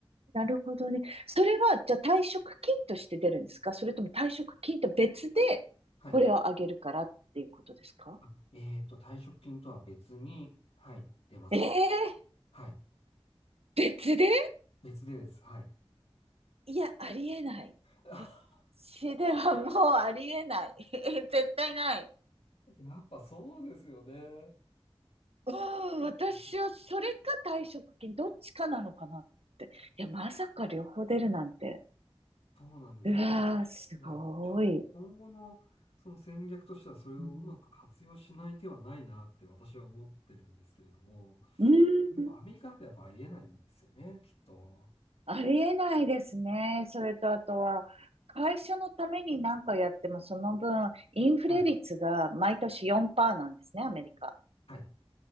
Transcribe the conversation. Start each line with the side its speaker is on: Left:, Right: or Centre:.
Right: なるほどね。それは、じゃあ退職金として出るんですかそれとも退職金と別でこれをあげるからっていうことですか
Left: はい。あ、えっと、退職金とは別に、はい、出ますね。
Right: ええー
Left: はい。
Right: 別で
Left: 別でです。はい。
Right: いや、ありえない。
Left: <laughs>
Right: こっちではもうありえない。<laughs> 絶対ない。
Left: やっぱそうですよね。
Right: うん、
Left: そうですよね
Right: 私はそれか退職金、どっちかなのかなって。いや、まさか両方出るなんて。
Left: そうなんです。
Right: うわー、すごい。
Left: いや、こうちょっと今後のその戦略としてはそれをうまく活用しない手はないなって私は思ってるんですけれども、
Right: うん、うん
Left: やっぱアメリカだとやっぱありえないんですよね、きっと。
Right: ありえないですね。それとあとは、会社のために何かやっても、その分、インフレ率が毎年4%
Left: はい、
Right: なんですね、アメリカ。
Left: はい、